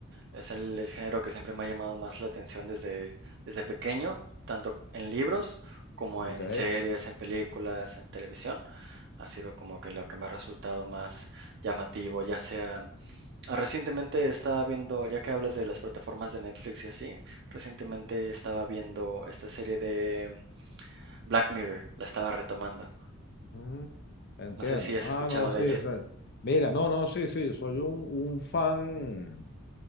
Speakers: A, on the right; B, on the left.
A: Es el, el género que siempre me ha llamado más la atención desde, desde pequeño, tanto en libros como
B: Ok.
A: en series, en películas, en televisión. Ha sido como que lo que me ha resultado más llamativo, ya sea... ah, Recientemente estaba viendo, ya que hablas de las plataformas de Netflix y así, recientemente estaba viendo esta serie de Black Mirror, la estaba retomando.
B: Mm, Entiendo.
A: No sé si has
B: Ah,
A: escuchado
B: no,
A: de
B: sí,
A: ella.
B: o sea, mira, no, no, sí, sí, yo soy un, un fan,